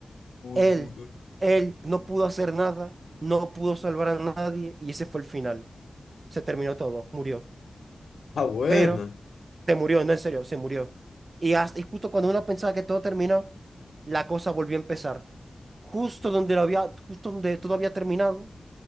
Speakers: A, on the left; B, on the right.
A: uy,
B: Él,
A: uy, uy.
B: él no pudo hacer nada, no pudo salvar a nadie y ese fue el final. Se terminó todo, murió.
A: Ah, bueno.
B: Pero Se murió, no en serio, se murió. Y, hasta- y justo cuando uno pensaba que todo terminó, la cosa volvió a empezar. Justo donde, lo había, justo donde todo había terminado,